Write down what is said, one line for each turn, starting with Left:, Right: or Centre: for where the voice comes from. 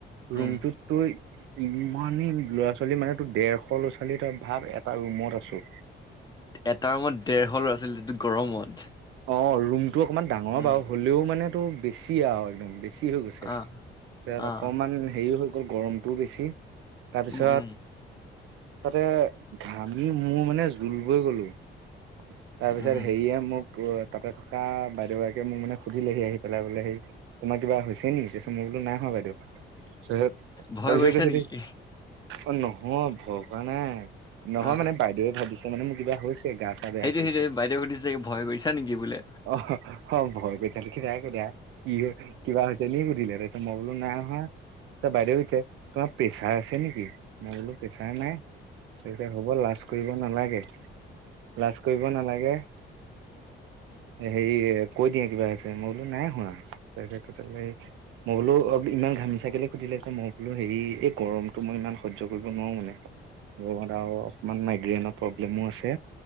Right: ৰুমটোত
Left: উম
Right: তুই ইমানেই ল'ৰা -ছোৱালী মানে তোৰ ডেৰশ ল'ৰা- ছোৱালী তই ভাৱ এটা ৰুমত আছোঁ।
Left: এটা ৰুমত ডেৰশ ল'ৰা ছোৱালী যিটো গৰমত
Right: অ ৰুমটো অকমান ডাঙৰ
Left: উম
Right: বাও হ'লেও মানে- টো বেছি আৰু একদম বেছি হৈ গৈছে
Left: অ
Right: তাত
Left: অ
Right: অকমান হেৰি হৈ গ'ল। গৰমটোও বেছি। তাৰপিছত
Left: উম উম।
Right: তাতে ঘামি মোৰ মানে জোল বই গলোঁ। তাৰপিছত
Left: উম
Right: হেৰিয়ে মোক তাকে তাতে থকা বাইদেউ গৰাকীয়ে মোক মানে সুধিলেহি আহি পেলাই বোলে সেয়ি তোমাক- কিবা হৈছে নি তাৰ পিছত মই বোলোঁ নাই হোৱা বাইদেউ। তাপিছত
Left: ভয়
Right: তাৰপিছত
Left: কৰিছা
Right: কৈছে
Left: নেকি
Right: কি অ নহয় ভ কোৱা নাই নহয়
Left: অ
Right: মানে বাইদেউৱে ভাবিছে মানে মোৰ কিবা হৈছে। গা চা বেয়া
Left: সেইটো
Right: কৰিছে
Left: সেইটো বাইদেউ সুধিছে ভয় কৰিছা নেকি বোলে
Right: অ অ ভয় কৰিছা নেকি নাই সোধা। কি হয়। কিবা হৈছে নি সুধিলে তাপিছত মই বোলোঁ নাই হোৱা তাপা বাইদেউ সোধিছে তোমাৰ প্ৰেছাৰ আছে নেকি? মই বোলোঁ পেছাৰ নাই তাৰপিছত হ'ব লাজ কৰিব নালাগে লাজ কৰিব নালাগে। হেৰি কৈ দিয়া কিবা আছে মই বোলোঁ নাই শোৱা। তাপিছত সেই। মই বোলো অ ইমান ঘামিচা কিয় সুধিলে মই বোলো হেৰি এই গৰমটো মই ইমান সহ্য কৰিব নোৱাৰো মানে আৰু অকমান মাইগ্ৰেইনৰ প্ৰব্লেমো আছে